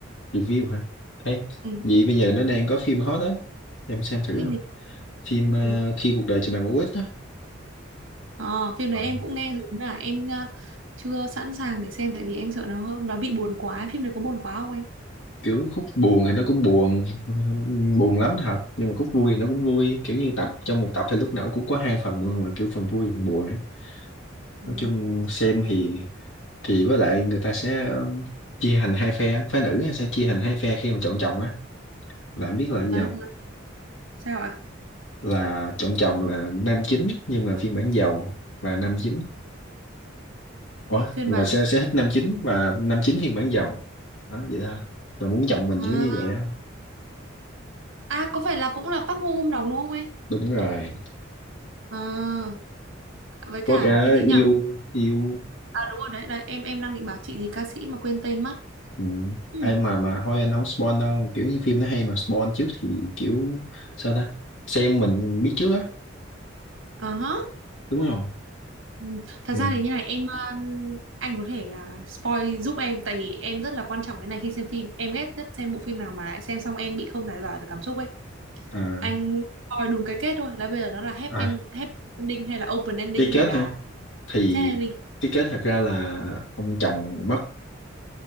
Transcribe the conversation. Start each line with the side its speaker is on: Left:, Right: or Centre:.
Left: review hả ấy
Right: Ừ,
Left: vậy bây giờ nó đang có phim hot á em xem thử
Right: phim
Left: không
Right: gì?
Left: phim
Right: Ừ.
Left: ờ, khi cuộc đời cho bạn quả quýt á
Right: Ờ, phim
Left: Ờ,
Right: này em cũng nghe rồi nhưng mà em ờ, chưa sẵn sàng để xem tại vì em sợ nó hơn nó bị buồn quá. Phim này có buồn quá không anh?
Left: kiểu khúc buồn thì nó cũng buồn buồn lắm thật nhưng mà khúc vui thì nó cũng vui kiểu như tập trong một tập thì lúc nào cũng có hai phần luôn là kiểu phần vui và phần buồn ấy
Right: Ờ.
Left: nói chung xem thì thì với lại người ta sẽ um, chia thành hai phe phái nữ sẽ chia thành hai phe khi mà chọn chồng á là em biết là cái gì
Right: À,
Left: không?
Right: sao ạ?
Left: là chọn chồng là nam chính nhưng mà phiên bản giàu là nam chính Ủa,
Right: Phiên
Left: là
Right: bản
Left: sẽ sẽ thích nam chính và nam chính phiên bản giàu đó vậy thôi là muốn chồng mình giống
Right: à,
Left: như vậy á
Right: à có phải là cũng là Park Bo Gum đóng đúng không anh?
Left: đúng rồi
Right: À, với cả
Left: có cả
Right: cái gì nhỉ?
Left: yêu yêu
Right: À đúng rồi đấy, đấy em em đang định bảo chị gì ca sĩ mà quên tên mất.
Left: ừ.
Right: Ừ.
Left: ai mà mà thôi anh không spoil đâu kiểu như phim nó hay mà spoil trước thì kiểu sao ta xem mình biết trước á
Right: Ờ hả.
Left: đúng không
Right: Ừ. Thật
Left: ừ.
Right: ra thì như này em ờ, anh có thể à, spoil giúp em tại vì em rất là quan trọng cái này khi xem phim em ghét nhất xem bộ phim nào mà xem xong em bị không giải tỏa được cảm xúc ấy
Left: à
Right: anh coi đúng cái kết thôi là bây giờ nó là happy
Left: à
Right: em happy ending hay là open ending
Left: cái
Right: hay
Left: kết
Right: là
Left: ha thì
Right: sad ending
Left: cái kết thật ra là ông chồng mất